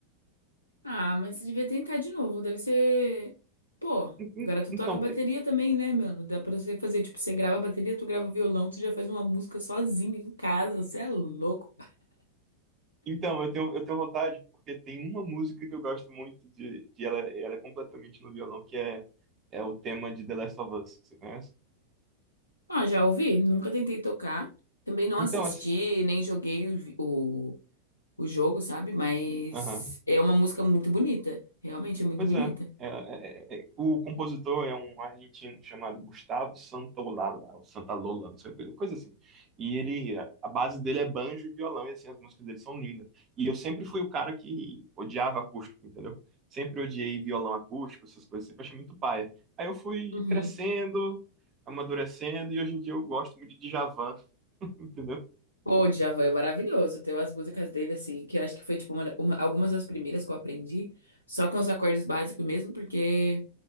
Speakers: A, on the left (about 85°); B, on the right (about 30°).
A: Ah, mas você devia tentar de novo. Deve ser. Pô,
B: En- en-
A: agora tu
B: Então,
A: toca bateria
B: te-
A: também, né, mano? Dá pra você fazer, tipo, você grava a bateria, tu grava o violão, tu já faz uma música sozinho em casa. Você é louco.
B: então eu tenho, eu tenho vontade, porque tem uma música que eu gosto muito de, de ela, ela é completamente no violão, que é, é o tema de The Last of Us, você conhece?
A: Ah, já ouvi, nunca tentei tocar. Também não
B: Então,
A: assisti,
B: assim,
A: nem joguei o, vi- o, o jogo, sabe? Mas
B: aham.
A: é uma música muito bonita. Realmente é muito
B: Pois
A: bonita.
B: é. É, é, é, é, o compositor é um argentino chamado Gustavo Santaolalla, ou Santalola, não sei, coisa coisa assim. E ele, a a base dele é banjo e violão, e assim, as músicas dele são lindas. E eu sempre fui o cara que odiava acústico, entendeu? Sempre odiei violão acústico, essas coisas, sempre achei muito paia. Aí eu fui
A: Uhum.
B: crescendo, amadurecendo, e hoje em dia eu gosto muito de Djavan, <laughs> entendeu?
A: Pô, o Djavan é maravilhoso. Tem umas músicas dele, assim, que eu acho que foi, tipo, uma, uma- algumas das primeiras que eu aprendi. Só com os acordes básicos mesmo, porque.